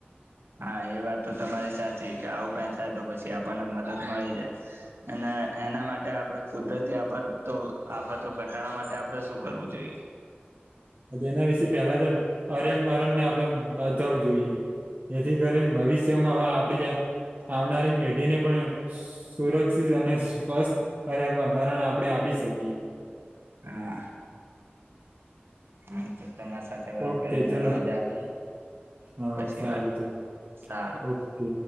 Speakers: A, on the right; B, on the right.
A: હા, એ વાત તો તમારી સાચી કે, આવું કંઈ થાય તો પછી આપણને મદદ મળી જાય અને એના માટે આપણે કુદરતી આફત આફતો ઘટાડવા માટે આપડે શું કરવું જોઈએ?
B: એના વિશે પહેલા તો અરેમ અરેણ ને આપડે બચવું જોઈએ. એથી કરીને ભવિષ્યમાં. હવે, આપડીં આવનારી પેઢીને પણ સુરક્ષિત અને સ્વસ્થ પર્યાવરણ આપણે આપી શકીએ.
A: હા. હા, તો તમારી સાથે વાત
B: ઓકે
A: કરીને
B: ચલો
A: મજા આવી.
B: હા
A: પછી
B: સારું
A: વાત કરી
B: ચલો
A: સારું.
B: ઓકે